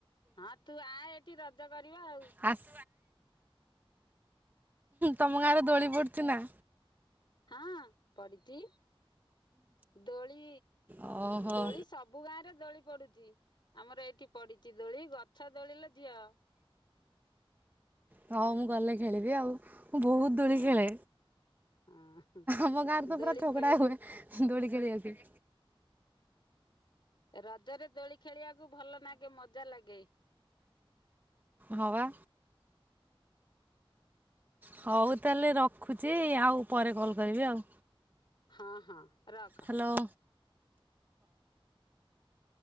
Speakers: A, on the left (about 55°); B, on the right (about 20°).
A: ହଁ ତୁ ଆ ଏଠି ରଜ କରିବା ଆଉ।
B: ଆସ ତମ ଗାଁରେ ଦୋଳି ପଡଚି ନା?
A: ହଁ ପଡିଚି ଦୋଳି
B: ଓହୋ।
A: ଦୋଳି ସବୁ ଗାଁ ରେ ଦୋଳି ପଡୁଚି ଆମର ଏଇଠି ପଡିଚି ଦୋଳି ଗଛ ଦୋଳି ଲୋ ଝିଅ।
B: ହଁ ମୁଁ ଗଲେ ଖେଳିବି ଆଉ। ମୁଁ ବୋହୁତ ଦୋଳି
A: ହଁ
B: ଖେଳେ
A: ହଁ
B: ଆମ ଗାଁରେ ତ
A: ଦୋଳି
B: ପୁରା ଝଗଡ଼ା
A: ଖେଳିବାକୁ
B: ହୁଏ ଦୋଳି ଖେଳିଆକୁ।
A: ରଜରେ ଦୋଳି ଖେଳିବା କୁ ଭଲ ଲାଗେ ମଜା ଲାଗେ।
B: ହଁ ପା। ହୋଉ ତାହେଲେ ରଖୁଚି ଆଉ ପରେ କଲ କରିବି ଆଉ।
A: ହଁ ହଁ। ରଖ।
B: ହ୍ୟାଲୋ।